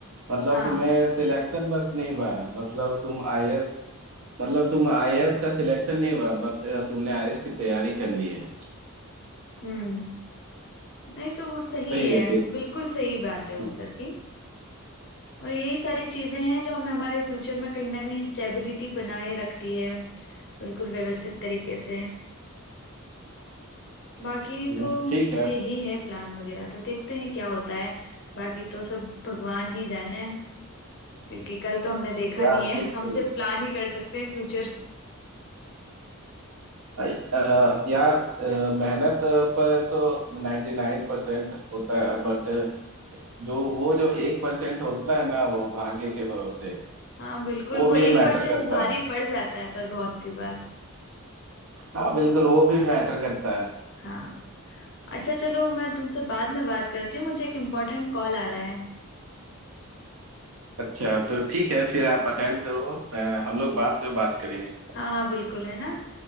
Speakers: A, on the right; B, on the left.
A: मतलब
B: हाँ
A: तुम्हें सिलेक्शन बस नहीं हुआ है। मतलब तुम आईएएस मतलब तुम आईएएस का सिलेक्शन नहीं हुआ बट तुमने आईएएस की तैयारी कर ली है
B: हम्म नहीं तो वो सही
A: सही
B: है
A: है फिर
B: बिल्कुल सही बात है वो
A: हम्म,
B: सर की और यही सारी चीजें हैं जो हमें हमारे फ्यूचर में कहीं ना कहीं स्टेबिलिटी बनाए रखती है बिल्कुल व्यवस्थित तरीके से बाकी
A: हम्म,
B: तो
A: ठीक है
B: यही है प्लान वगैरह तो देखते हैं क्या होता है बाकी तो सब भगवान ही जाने क्योंकि कल तो हमने देखा
A: यार
B: नहीं है
A: बिल्कुल
B: हम सिर्फ प्लान ही कर सकते हैं फ्यूचर
A: अ- अ, यार अ, मेहनत पर तो नाइन्टी नाइन परसेंट होता है बट जो वो जो एक परसेंट होता है ना वो भाग्य के भरोसे
B: हाँ बिल्कुल
A: वो
B: वो
A: भी
B: एक
A: मैटर
B: परसेंट
A: करता
B: भारी
A: है
B: पड़ जाता है पर बहुत सी बार
A: हाँ बिल्कुल वो भी मैटर करता है
B: हाँ अच्छा चलो मैं तुमसे बाद में बात करती हूँ मुझे एक इम्पोर्टेंट कॉल आ रहा है
A: अच्छा तो ठीक है फिर आप अटेंड करो अ, हम लोग बात तो बात करेंगे
B: हाँ हाँ बिल्कुल है ना